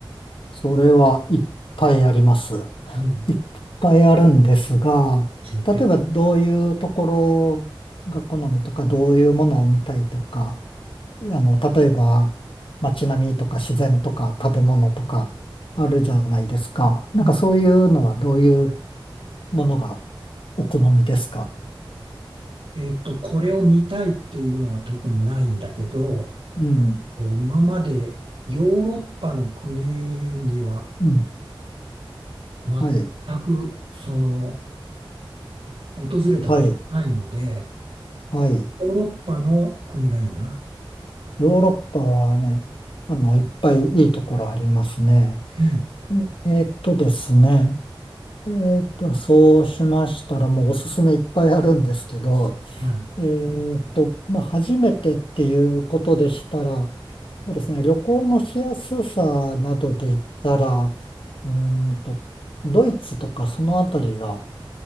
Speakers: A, on the left; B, on the right.
A: それはいっぱいあります。
B: うん、
A: いっぱいあるんですが、
B: 教えて。
A: 例えばどういうところが好みとか、どういうものを見たいとか、あの、例えば街並みとか自然とか食べ物とかあるじゃないですか。なんかそういうのはどういう
B: うん、
A: ものがお好みですか
B: えっと、これを見たいっていうのは特にないんだけど、
A: うん、
B: と今までヨーロッパの国には
A: うん、
B: 全くその
A: はい、
B: 訪れたことないので、
A: はい、はい。
B: ヨーロッパの国がいいな。
A: ヨーロッパはね、あの、いっぱいいいところありますね。
B: うん。
A: ええーっとですね。えーっと、そうしましたら、もうおすすめいっぱいあるんですけど、
B: はい。
A: えーっと、まあ、初めてっていうことでしたら、そうですね、旅行のしやすさなどで言ったら、うーんと、ドイツとかそのあたりが、